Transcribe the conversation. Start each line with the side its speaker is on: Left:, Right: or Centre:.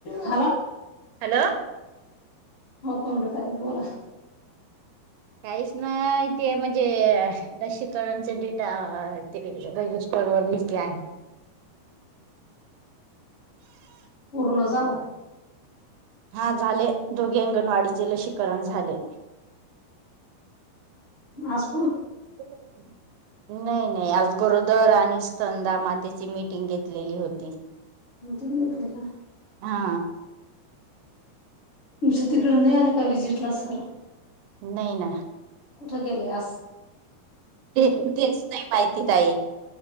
Left: Hello.
Right: Hello.
Left: हो कोमल ताई बोला.
Right: काहीच ना इ ते म्हणजे लशीकरणचा डेटा ते ब वरली आहे
Left: पूर्ण झालं.
Right: हा झाले दोघे अंगणवाडीचे लसीकरण झाले.
Left: अस.
Right: नाही नाही आज गरो दर आणि स्कंदा मातेची मिटिंग घेतलेली होती.
Left: मतेम येत का.
Right: हा
Left: तुमच्या तिकड नाही आले का विजिटला सर.
Right: नाही ना.
Left: कुठे गेले अस.
Right: ते पण तेच नाही माहिती का आहे